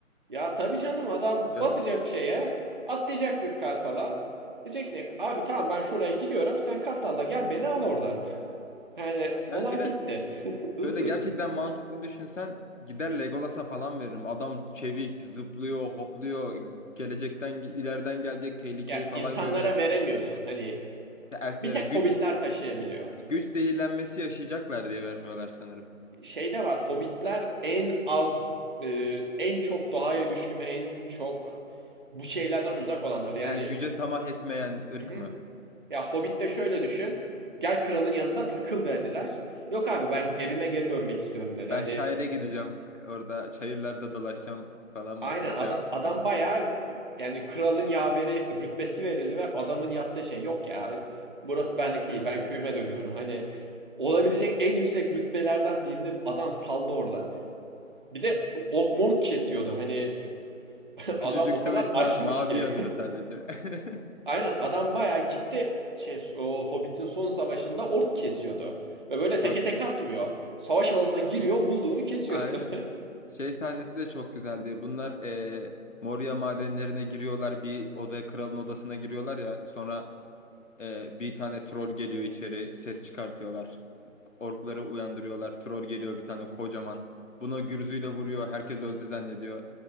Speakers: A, on the right (about 35°); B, on the left (about 60°).
A: Ya tabii canım adam
B: Ya
A: basacak
B: da
A: şeye atlayacaksın kartala. Diyeceksin abi tamam ben şuraya gidiyorum sen kartalla gel beni al oradan. Yani
B: yani
A: olay
B: bir de
A: bitti. <laughs> Hızlı.
B: Şöyle gerçekten mantıklı düşünsen gider Legolas'a falan veririm. Adam çevik, zıplıyor, hopluyor, gelecekten ileriden gelecek tehlikeyi
A: Ya
B: falan
A: insanlara
B: görüyor.
A: veremiyorsun. Hani
B: Ya Elflere
A: bir tek
B: güç
A: hobbitler taşıyabiliyor.
B: güç zehirlenmesi yaşayacaklar diye vermiyorlar sanırım.
A: Şey de var hobbitler en az e, en çok doğaya düşkün ve en çok bu şeylerden uzak olanlar. Yani
B: Yani güce tamah etmeyen ırk
A: hı hı.
B: mı?
A: Ya Hobbit'te şöyle düşün. Gel kralın yanında takıl dediler. Yok abi ben evime geri dönmek istiyorum dedi.
B: Ben
A: Hani
B: şaire gideceğim orada çayırlarda dolaşacağım falan muhabbeti
A: Aynen ada-
B: yapmışlardı.
A: adam bayağı yani kralın yaveri rütbesi verildi ve adamın yaptığı şey yok ya burası benlik değil ben köyüme dönüyorum. Hani olabilecek en yüksek rütbelerden birini adam saldı orada. Bir de ork mork kesiyordu hani <laughs>
B: Küçücük
A: adam o
B: kılıçla
A: kadar aşmış
B: mavi
A: ki.
B: yanıyor sadece. <laughs>
A: Aynen adam bayağı gitti şey o Hobbit'in son savaşında ork kesiyordu. Ve böyle teke
B: Bak
A: tek atmıyor. Savaş alanına giriyor bulduğunu kesiyordu.
B: Aynen.
A: <laughs>
B: Şey sahnesi de çok güzeldi. Bunlar eee Moria madenlerine giriyorlar. Bir odaya kralın odasına giriyorlar ya. Sonra eee, bir tane troll geliyor içeri. Ses çıkartıyorlar. Orkları uyandırıyorlar. Troll geliyor bir tane kocaman. Buna gürzüyle vuruyor. Herkes öldü zannediyor.